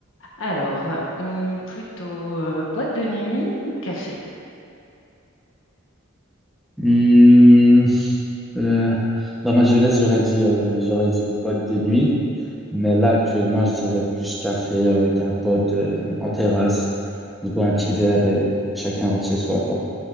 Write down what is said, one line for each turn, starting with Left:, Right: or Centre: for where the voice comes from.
Left: Alors, euh, hum, plutôt euh, boîte de nuit ou café?
Centre: Hmm, euh, dans ma jeunesse, j'aurais dit, euh, j'aurais dit boîte de nuit. Mais là, actuellement, je dirais plus café avec un pote euh, en terrasse. On se boit un petit verre et chacun rentre chez soi, quoi.